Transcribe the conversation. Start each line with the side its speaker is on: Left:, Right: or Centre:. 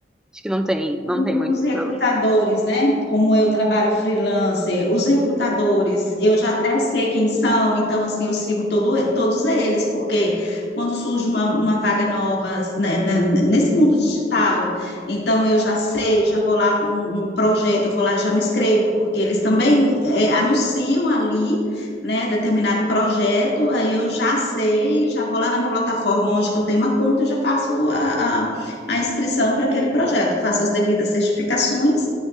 Centre: Acho que não tem,
Left: E
Centre: não tem muitos
Left: os recrutadores,
Centre: problemas.
Left: né? Como eu trabalho freelancer, os recrutadores, eu já até sei quem são, então, assim, eu sigo todo, todos eles, porque quando surge uma, uma vaga nova, né, né, nesse mundo digital, então eu já sei, já vou lá um, um projeto, eu vou lá, já me inscrevo, porque eles também eh, anunciam ali, né, determinado projeto, aí eu já sei, já vou lá na minha plataforma onde que eu tenho uma conta e já faço a, a a inscrição para aquele projeto, faço as devidas certificações